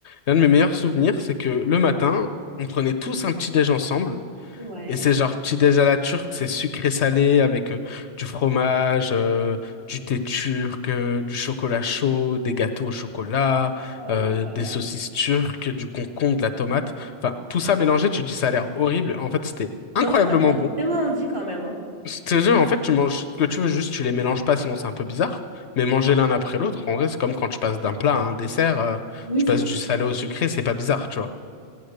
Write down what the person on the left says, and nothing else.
L'un de mes meilleurs souvenirs, c'est que le matin, on prenait tous un petit déj ensemble.
Et c'est genre petit déj à la turque, c'est sucré salé avec euh, du fromage, euh, du thé turc, euh, du chocolat chaud, des gâteaux au chocolat,
euh,
des
saucisses turques, du concombre, de la tomate. Enfin, tout ça mélangé, tu te dis ça a l'air horrible. En fait, c'était incroyablement
bon.
C'était jeu, en fait, tu manges ce que tu veux, juste tu les mélanges pas, sinon c'est un peu bizarre. Mais manger l'un après l'autre, en vrai, c'est comme quand tu passes d'un plat à un dessert, euh,
tu
passes
du salé au sucré, c'est pas bizarre, tu vois.